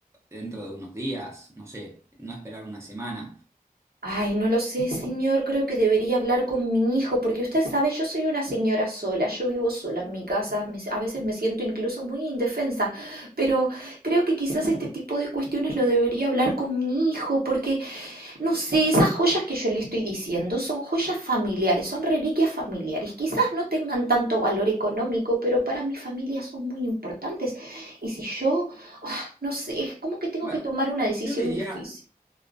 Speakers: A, on the right; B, on the right.
A: dentro de unos días, no sé, no esperar una semana.
B: Ay, no lo sé, señor. Creo que debería hablar con mi hijo, porque usted sabe, yo soy una señora sola, yo vivo sola en mi casa, me- a veces me siento incluso muy indefensa, pero creo que quizás este tipo de cuestiones lo debería hablar con mi hijo, porque, no sé, esas joyas que yo le estoy diciendo son joyas familiares, son reliquias familiares. Quizás no tengan tanto valor económico, pero para mi familia son muy importantes. Y si yo, ah, no sé, es como que tengo
A: Bueno,
B: que tomar una decisión
A: yo diría
B: difícil.